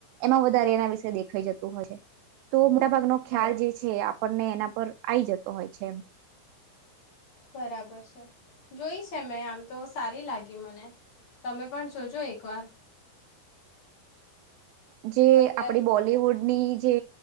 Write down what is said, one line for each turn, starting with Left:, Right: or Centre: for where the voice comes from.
Right: એમાં વધારે એના વિશે દેખાઈ જતું હોય છે તો મોટાભાગનો ખ્યાલ
Left: બરાબર
Right: જે છે આપણને એના. પર આઈ જતો હોય છે એમ.
Left: બરાબર છે જોઈ છે મેં આમ તો સારી લાગી મને. તમે પણ જોજો એક વાર.
Right: હ <unintelligible> જે
Left: અત્યાર
Right: આપડી બોલીવૂડની જે